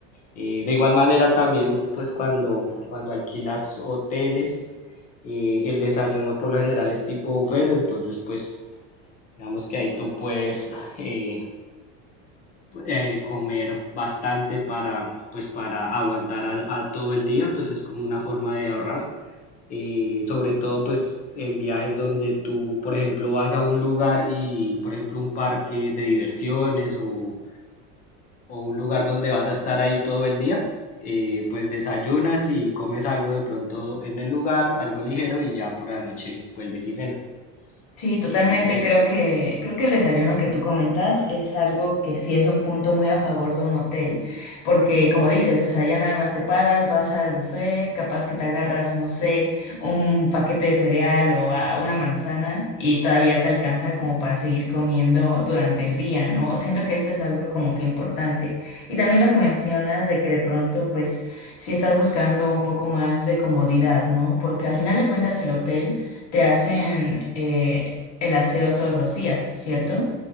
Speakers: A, on the left; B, on the left.
A: Eh, de igual manera también, pues cuando, cuando alquilas hoteles, eh, el desayuno por lo general es tipo buffet, entonces pues digamos que ahí tú puedes eh, eh, comer bastante para, pues para aguantar a, a todo el día, pues es como una forma de ahorrar, Eh, sobre todo pues en viajes donde tú, por ejemplo, vas a un lugar y, por ejemplo, un parque de diversiones o o un lugar donde vas a estar ahí todo el día, eh, pues desayunas y comes algo de pronto en el lugar, algo ligero y ya por la noche vuelves y cenas.
B: Sí,
A: Y
B: totalmente.
A: es,
B: Creo que, creo que el desayuno que tú comentas es algo que sí es un punto muy a favor de un hotel, porque como dices, o sea, ya nada más te paras, vas al buffet, capaz que te agarras, no sé, un paquete de cereal o a- una manzana y todavía te alcanza como para seguir comiendo durante el día, ¿no? Siento que esto es algo como que importante. Y también lo que mencionas de que de pronto, pues, si estás buscando un poco más de comodidad, ¿no? Porque a final de cuentas el hotel te hacen eh, el aseo todos los días, ¿cierto?